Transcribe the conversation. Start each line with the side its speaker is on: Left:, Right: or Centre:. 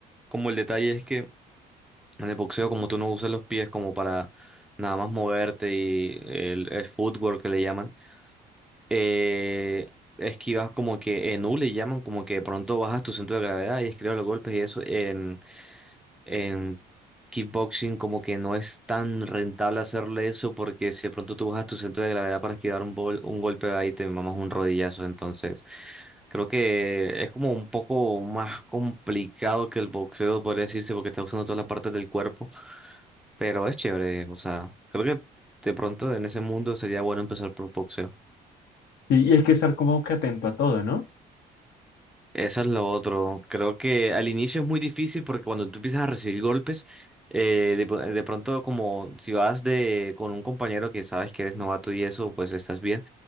Centre: como el detalle es que en el boxeo como tú no usas los pies como para nada más moverte y el, el footwork que le llaman, eh, esquivas como que en U le llaman como que de pronto bajas tu centro de gravedad y esquivas los golpes y eso. En, en kickboxing como que no es tan rentable hacerle eso porque si de pronto tú bajas tu centro de gravedad para esquivar un, bol- un golpe ahí te mamas un rodillazo. Entonces creo que es como un poco más complicado que el boxeo, podría decirse, porque está usando todas las partes del cuerpo. Pero es chévere, o sea, creo que de pronto en ese mundo sería bueno empezar por boxeo.
Left: y hay que estar como que atento a todo, ¿no?
Centre: Eso es lo otro. Creo que al inicio es muy difícil porque cuando tú empiezas a recibir golpes, eh, de, pr- de pronto como si vas de con un compañero que sabes que eres novato y eso, pues estás bien.